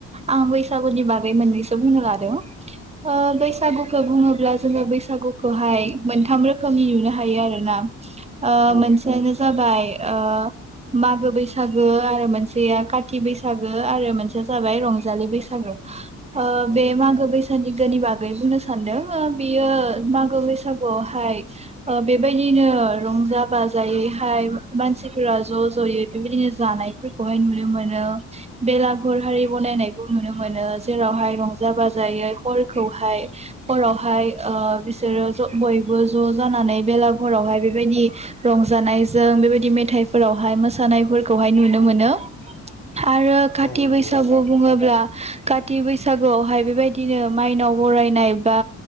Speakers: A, on the right; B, on the left.
A: आं बैसागुनि बागै मोननैसो बुंनो लादों बैसागुखो
B: औ
A: बुङोब्ला अब्ला जोंङो बैसागुखौहाय मोनथाम रोखोमनि नुनो हायो आरो ना
B: औ
A: मोनसेयानो जाबाय ओ मागो बैसागो आरो मोनसेया काथि बैसागो आरो मोनसेया जाबाय रंजा जानि बैसागो ओ
B: औ
A: बे मागो बैसागो बागैनि बागै बुंनो सानदों बियो मागो बैसागुआवहाय ओ बेबायदि बिदिनो रंजा बाजायैहाय मानसिफोरा ज' ज'यै बेबायदिनो जानाय फोरखोहाय नुनो मोनो बेलागुर हारि बनायनाय नुनो मोनो जेरावहाय रंजा बाजायै हरखौहाय हरावहाय बिसोरो ज' बयबो ज' जानानै बेलागरावहाय बेबायदि रंजानायजों बेबायदि मेथाइ मेथाइफोरावहाय मोसानायफोरखौहाय नुनो मोनो
B: <inaudible>
A: आरो काथि
B: औ नंगौ
A: बैसागु बुङोब्ला कति बैसागुआवहाय बेबायदि बिदिनो माइनाव बरायनाय बा